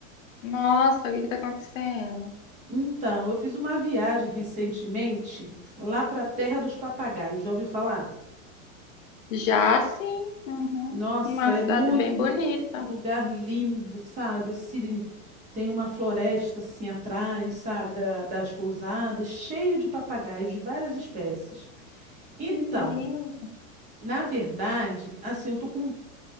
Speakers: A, on the left (about 70°); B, on the right (about 20°).
A: Nossa, o que que tá acontecendo?
B: Então, eu fiz uma viagem recentemente lá pra Terra dos Papagaios. Já ouviu falar?
A: Já sim, uhum.
B: Nossa,
A: Uma cidade
B: é muito
A: bem
B: bonito,
A: bonita.
B: um lugar lindo, sabe? Assim, tem uma floresta assim atrás, sabe? da- das pousadas, cheio de papagaios de várias espécies. Então,
A: Que lindo.
B: na verdade, assim, eu tô com um